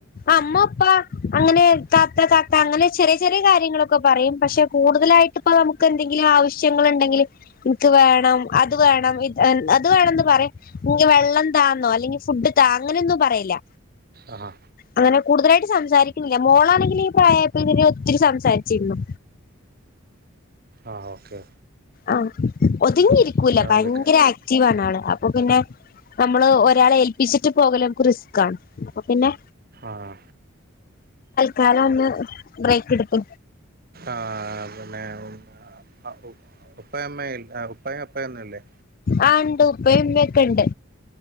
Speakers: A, on the left; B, on the right.
A: അമ്മപ്പാ അങ്ങനെ താത്ത താത്ത അങ്ങനെ ചെറിയ ചെറിയ കാര്യങ്ങളൊക്കെ പറയും പക്ഷെ കൂടുതലായിട്ടപ്പൊ നമുക്ക് എന്തെങ്കിലും ആവശ്യം ശ്യങ്ങണ്ടെങ്കിൽ എനിക്ക് വേണം അത് വേണം അത് വേണന്ന് പറയും ഞ് വെള്ളം താന്നോ അല്ലെങ്കി ഫുഡ് താ അങ്ങനെയൊന്നും പറയില്ല
B: ആഹാ
A: അങ്ങനെ കൂടുതലായിട്ട് സംസാരിക്കൂല്ല മോളാണ ങ്കില് ഈ പ്രായപ്പോത്തിന് ഒത്തിരി സംസാരിച്ചിരുന്നു
B: ആഹ് ഓക്കെ
A: ആഹ് ഒതുങ്ങി ഇരിക്കൂല
B: ആ
A: ഭയങ്കര
B: ഓക്കെ
A: ആക്റ്റീവാണ് ആള് അപ്പൊ പിന്നെ നമ്മള് ഒരാളെ ഏൽപ്പിച്ചിട്ട് പോകല് നമുക്ക് റിസ്ക്കാണ് അപ്പോ പിന്നെ
B: ആഹ്.
A: കാലം ഒന്ന് ബ്രേക്കെട്ത്തു
B: ആഹ് അതന്നെ. അഉ ആഹ്. അപ്പൊ ഉപ്പായുംഅമ്മെം ഉപ്പായും അപ്പെംഒന്നും ല്ലേ?
A: ആഹ് ണ്ട് ഉപ്പയുംഉമ്മെ ഒക്കെണ്ട്,